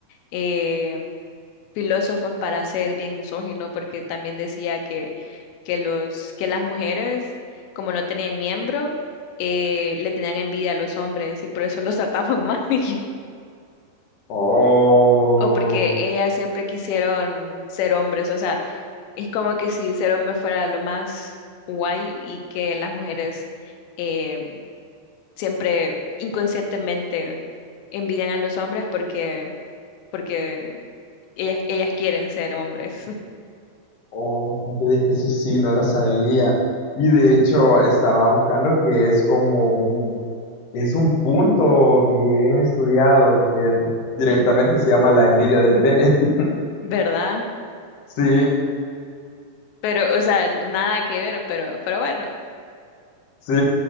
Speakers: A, on the left (about 85°); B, on the left (about 55°).
A: eh, filósofos para ser bien misógino, porque también decía que, que, los, que las mujeres, como no tenían miembro, eh, le tenían envidia a los hombres y por eso los trataban mal. <laughs> y-
B: Oh.
A: O porque ellas siempre quisieron ser hombres. O sea, es como que si ser hombre fuera lo más guay y que las mujeres eh, siempre inconscientemente envidian a los hombres porque, porque ellas, ellas quieren ser hombres, <laughs>
B: Oh, fíjate de que eso sí, no lo sabía. Y de hecho, estaba buscando que es como un, es un punto bien estudiado que directamente se llama la envidia del pene. <laughs>
A: ¿verdad?
B: Sí,
A: Pero, o sea, nada que ver, pero, pero bueno,
B: sí,